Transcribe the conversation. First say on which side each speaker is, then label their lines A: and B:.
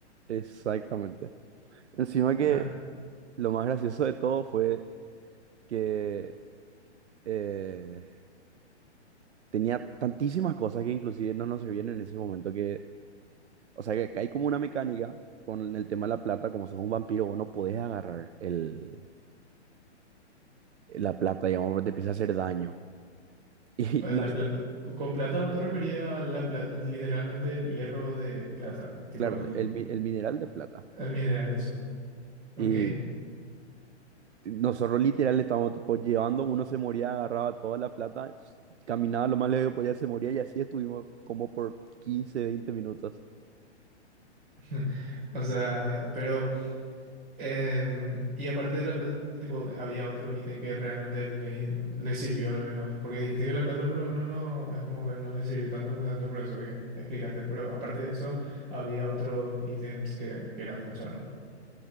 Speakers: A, on the right (about 70°); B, on the right (about 45°).
A: exactamente. Encima que
B: Ah,
A: lo más gracioso de todo fue que eh, tenía tantísimas cosas que inclusive no nos servían en ese momento que, o sea, que hay como una mecánica con el tema de la plata, como sos un vampiro, vos no podés agarrar el, la plata, digamos, porque te empieza a hacer daño. <laughs> Y
B: eh,
A: no,
B: la pla- con plata vos te referías a la pla- literalmente el hierro de plata, ¿verdad? Tipo
A: claro,
B: el,
A: el, mi- el mineral de plata.
B: Ah, Mira, era de eso. Ok.
A: Y nosotros literal le estábamos tipo llevando, uno se moría, agarraba toda la plata, caminaba lo más lejos que podía, se moría y así estuvimos como por quince veinte minutos.
B: <laughs> O sea, pero. em, y aparte de la plata, tipo, había otro ítem que realmente les, les sirvió al menos. Porque dijiste que la plata por lo menos no. Es como que no les sirvió tanto, justamente por eso que explicaste. Pero aparte de eso, había otros ítems que, que eran fachados,